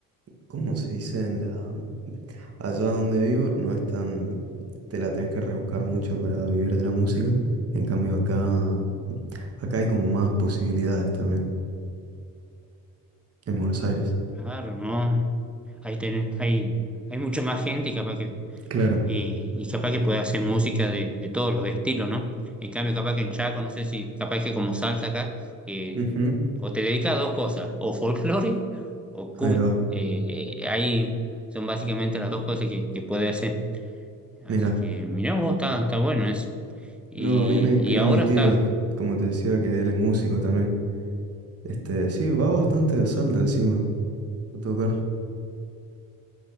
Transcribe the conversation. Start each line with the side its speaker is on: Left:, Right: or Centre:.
Right: como se dice en la, allá donde vivo, no es tan, te la tenés que rebuscar mucho para vivir de la música. En cambio, acá, acá hay como más posibilidades también, en Buenos Aires.
Centre: Claro, ¿no? Ahí tenés, hay, hay mucha más gente y capaz que,
Right: Claro.
Centre: y, y capaz que puede hacer música de, de todos los estilos, ¿no? En cambio, capaz que en Chaco, no sé si, capaz que como salsa acá, eh,
Right: Ujú,
Centre: o te dedicas a dos cosas, o folclore o cumbia.
Right: Ahí va.
Centre: Eh, eh, ahí son básicamente las dos cosas que, que puede hacer. Así
Right: Mira.
Centre: que, mirá vos, está, está bueno eso. Y,
Right: No, a mí me inspiró
Centre: y ahora
Right: mi tío,
Centre: está
Right: como te decía, que él es músico también. Este, sí, va bastante de asalto encima a tocar.